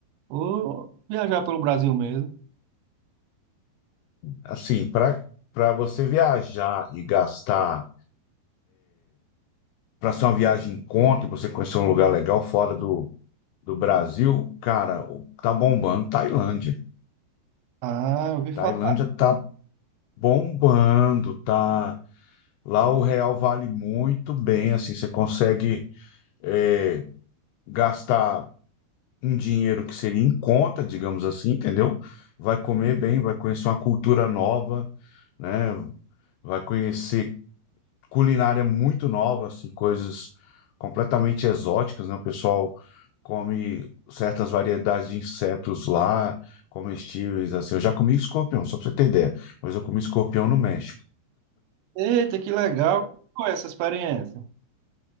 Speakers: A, on the right (about 85°); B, on the left (about 80°).
A: Ou viajar pelo Brasil mesmo.
B: Assim, para para você viajar e gastar, para ser uma viagem em conta e você conhecer um lugar legal fora do, do Brasil, cara, o- tá bombando Tailândia.
A: Ah, eu ouvi falar.
B: Tailândia tá bombando, tá. Lá o real vale muito bem, assim, você consegue é, gastar um dinheiro que seria em conta, digamos assim, entendeu? Vai comer bem, vai conhecer uma cultura nova, né? Vai conhecer culinária muito nova, assim, coisas completamente exóticas, né? O pessoal come certas variedades de insetos lá, comestíveis, assim. Eu já comi escorpião, só para você ter ideia, mas eu comi escorpião no México.
A: Eita, que legal. Qual é essa experiência?